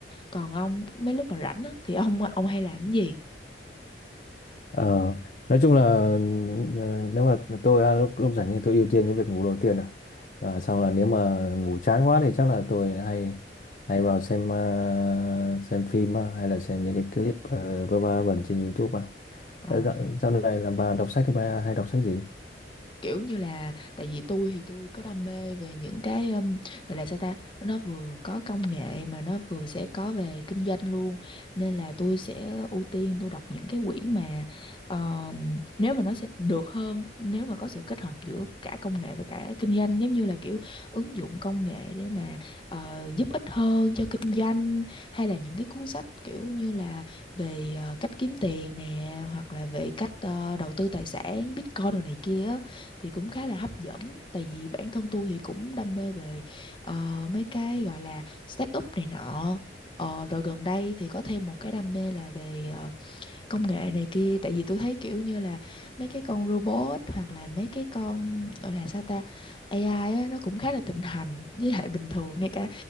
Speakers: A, on the left (about 30°); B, on the left (about 45°).
A: còn ông mấy lúc mà rảnh á thì ông ông hay làm cái gì
B: Ờ nói chung là ờ, nếu mà tôi à, lúc lúc rảnh thì tôi ưu tiên cái việc ngủ đầu tiên à. Ờ, xong là nếu mà ngủ chán quá thì chắc là tôi hay hay vào xem ờ, xem phim à, hay là xem những cái clip uh, vơ va vẩn trên YouTube à.
A: À,
B: Ờ, Dạo, dạo này là bà đọc sách thì bà hay đọc sách gì?
A: kiểu như là tại vì tôi thì tôi có đam mê về những cái um, gọi là sao ta nó vừa có công nghệ mà nó vừa sẽ có về kinh doanh luôn nên là tôi sẽ ưu tiên tôi đọc những cái quyển mà um, nếu mà nó sẽ được hơn nếu mà có sự kết hợp giữa cả công nghệ và cả kinh doanh giống như là kiểu ứng dụng công nghệ để mà ờ, giúp ích hơn cho kinh doanh hay là những cái cuốn sách kiểu như là về ờ, cách kiếm tiền nè hoặc là về cách ờ, đầu tư tài sản Bitcoin đồ này kia á thì cũng khá là hấp dẫn tại vì bản thân tôi thì cũng đam mê về ờ, mấy cái gọi là start up này nọ Ờ, rồi gần đây thì có thêm một cái đam mê là về ờ, công nghệ này kia tại vì tôi thấy kiểu như là mấy cái con robot hoặc là mấy cái con gọi là sao ta AI á, nó cũng khá là thịnh hành với lại bình thường ngay cả